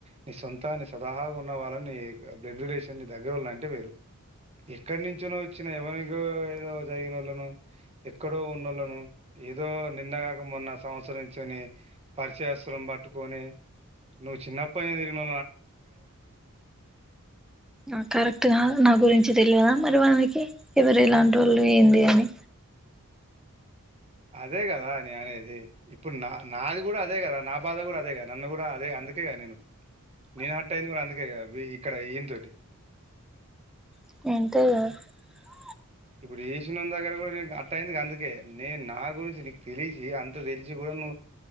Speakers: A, on the right; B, in the centre.
A: నీ సొంత మొత్తాన్ని సతహాగా ఉన్న వాళ్ళని బ్లడ్ రిలేషన్ ని దగ్గర వోళ్ళ అంటే వేరు ఎక్కడి నుంచోనో వచ్చిన ఎవరి ఏదో జరిగిన వాళ్ళను ఎక్కడో ఉన్నోళ్ళను ఏదో నిన్నగాక మొన్న సంవత్సరం నుంచొని పరిచయస్తుం బట్ పట్టుకనే నువ్వు చిన్నప్పందిరికు న
B: అ కరెక్ట్ కాదు నాగురించ్ మంచి తెలియదా మరి వానకి ఎవరు ఎలాంటి వోళ్ళు ఏంది అని
A: అదే కదా నేను అనేది ఇప్పుడు నా నాది కూడా అదే కదా నా బాధ కూడా అదే కదా నన్ను కూడా అదే అందుకే కద నేను నేను హట్ అయింది కూడా అందుకేద ఇక్కడ ఈన తోటి
B: ఏంటో మీకు కదా
A: ఇప్పుడు ఈశన్ నో దగ్గర కూడా అట్ట అయింది అన్ కే నేన్ నా గురించి నీకు తెలిసి అంత తెలిసి కూడా, నువ్వు